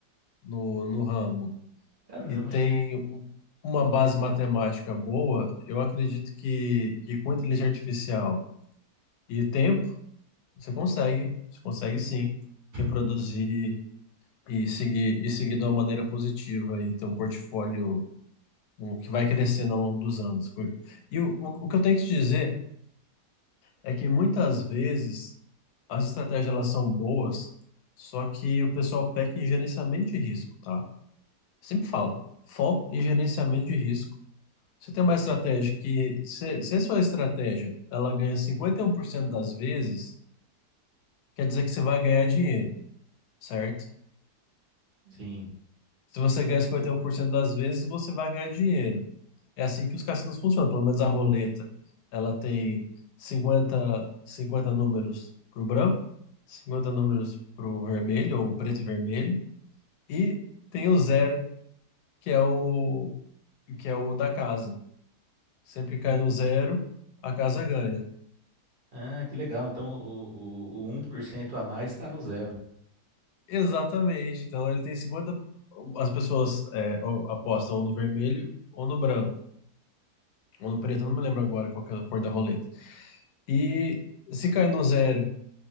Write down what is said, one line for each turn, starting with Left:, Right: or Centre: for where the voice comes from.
Left: no, no ramo
Right: Ah, eu
Left: e tem
Right: não-
Left: um- uma base matemática boa, eu acredito que, que com inteligência artificial e tempo, você consegue. Você consegue sim
Right: <clears throat>
Left: reproduzir e seguir, e seguir de uma maneira positiva e ter um portfólio um, que vai crescendo ao longo dos anos. E o, o, o que eu tenho que te dizer. É que muitas vezes as estratégias elas são boas, só que o pessoal peca em gerenciamento de risco, tá? Sempre falo, foco e gerenciamento de risco. Você tem uma estratégia que, se, se a sua estratégia ela ganha 51% das vezes, quer dizer que você vai ganhar dinheiro, certo?
Right: Sim.
Left: Se você ganha 51% das vezes, você vai ganhar dinheiro. É assim que os cassinos funcionam, pelo menos a roleta. Ela tem cinquenta cinquenta números para o branco, 50 números para o vermelho, ou preto e vermelho, e tem o zero, que é o, que é o da casa. Sempre cai
Right: Ah,
Left: no zero, a casa ganha.
Right: ah, que legal. Então o, o, o um por cento a mais está no zero.
Left: Exatamente. Então ele tem cinquenta As pessoas é, ou apostam ou no vermelho, ou no branco, ou no preto, eu não me lembro agora qual que é a cor da roleta. E se cai no zero